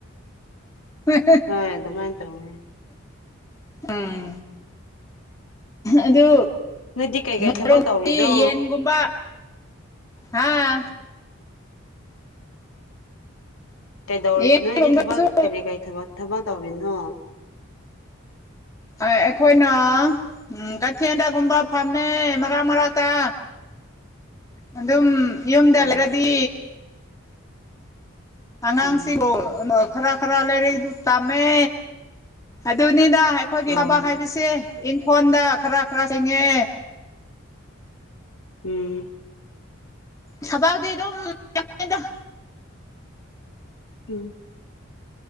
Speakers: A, on the left; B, on the left.
A: ꯍꯦ ꯍꯦ ꯍꯦ
B: ꯍꯣꯏ ꯑꯗꯨꯃꯥꯏꯅ ꯇꯧꯋꯦ
A: ꯎꯝ ꯑꯗꯨ
B: ꯅꯣꯏꯗꯤ ꯀꯩꯀꯩ
A: ꯅꯣꯢꯔꯣꯝꯗꯤ
B: ꯊꯕꯛ ꯇꯧꯔꯤꯅꯣ
A: ꯌꯦꯟꯒꯨꯝꯕ ꯍꯥꯥ
B: ꯀꯩꯗꯧꯔꯤ
A: ꯌꯦꯟꯒꯨꯝꯕꯁꯨ
B: ꯅꯣꯏꯗꯤ ꯊꯕꯛ ꯀꯔꯤ ꯀꯔꯤ ꯊꯕꯛ ꯇꯧꯔꯤꯅꯣ
A: ꯑꯩꯈꯣꯏꯅ ꯎꯝ ꯀꯊꯤꯟꯗꯒꯨꯝꯕ ꯐꯃꯦ ꯃꯔꯛ ꯃꯔꯛꯇ ꯑꯗꯨꯝ ꯌꯨꯝꯗ
B: ꯑꯣ
A: ꯂꯩꯔꯗꯤ
B: ꯑꯣ
A: ꯑꯉꯥꯡꯁꯤꯡꯕꯨ
B: ꯎꯝ
A: ꯈꯔ ꯈꯔ ꯂꯥꯏꯔꯤꯛꯗꯨ ꯇꯝꯃꯦ ꯑꯗꯨꯅꯤꯗ ꯑꯩꯈꯣꯏꯒꯤ
B: ꯑꯣ
A: ꯊꯕꯛ ꯍꯥꯏꯕꯁꯦ ꯏꯪꯈꯣꯟꯗ ꯈꯔ ꯈꯔ ꯆꯦꯡꯉꯦ
B: ꯎꯝ
A: ꯊꯕꯛꯇꯤ ꯑꯗꯨꯝ ꯌꯥꯝꯃꯤꯗ
B: ꯎꯝ